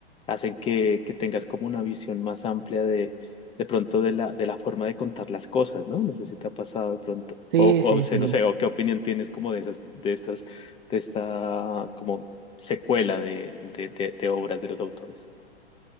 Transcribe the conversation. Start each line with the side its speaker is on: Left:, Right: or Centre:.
Left: hacen que, que tengas como una visión más amplia de, de pronto de la, de la forma de contar las cosas, ¿no? No sé si te ha pasado de pronto,
Right: Sí,
Left: o, o
Right: sí,
Left: sé,
Right: sí.
Left: no sé, o qué opinión tienes como de esas, de estas, de esta, como secuela de, de, de- de obras de los autores.